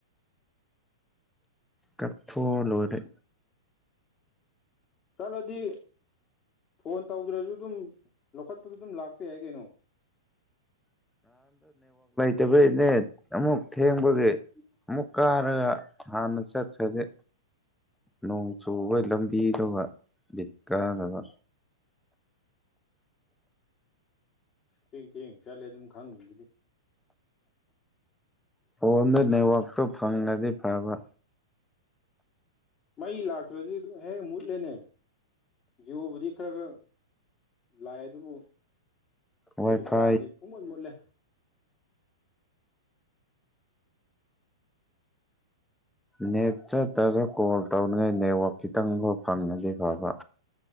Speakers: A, in the centre; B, on the left.
A: ꯀꯊꯣꯛ ꯑꯥ‌ ꯂꯣꯏꯔꯦ
B: ꯆꯠꯂꯗꯤ ꯐꯣꯟ ꯇꯧꯗ꯭ꯔꯁꯨ ꯑꯗꯨꯝ ꯂꯧꯈꯠꯄꯗ ꯑꯗꯨꯝ ꯂꯥꯛꯄ ꯌꯥꯏ ꯀꯩꯅꯣ
A: ꯇꯦꯕ꯭ꯂꯦꯠꯅꯦ ꯑꯃꯨꯛ ꯊꯦꯡꯕꯒꯤ ꯑꯃꯨꯛ ꯀꯥꯔꯒ ꯍꯥꯟꯅ ꯆꯠꯈ꯭ꯔꯗꯤ ꯅꯣꯡ ꯆꯨꯕꯒꯤ ꯂꯝꯕꯤꯗꯨꯒ ꯕꯤꯠ ꯀꯥꯗꯕ
B: ꯊꯦꯡ ꯊꯦꯡ ꯆꯠꯂꯦ ꯑꯗꯨꯝ ꯈꯪꯉꯤ ꯑꯗꯨꯗꯤ
A: ꯐꯣꯟꯗ ꯅꯦꯠꯋꯥꯛꯛꯇꯣ ꯐꯪꯉꯗꯤ ꯐꯕ
B: ꯃꯩ ꯂꯥꯛꯇ꯭ꯔꯣꯖꯤ ꯑꯗꯨ ꯍꯦ ꯂꯅꯦ ꯌꯕꯗꯤ ꯈꯔ ꯂꯥꯏ ꯑꯗꯨꯕꯨ ꯑꯗꯨ
A: ꯋꯥꯏ
B: ꯉꯔꯥꯡꯗꯤ
A: ꯐꯥꯏ
B: ꯄꯨꯡ ꯃꯟ ꯃꯨꯠꯂꯦ
A: ꯅꯦꯠ ꯆꯠꯇꯒ ꯀꯣꯜ ꯇꯧꯅꯤꯉꯥꯏ ꯅꯦꯠꯋꯥꯛ ꯈꯤꯇꯪꯐꯥꯎ ꯐꯪꯅꯗꯦ ꯐꯕ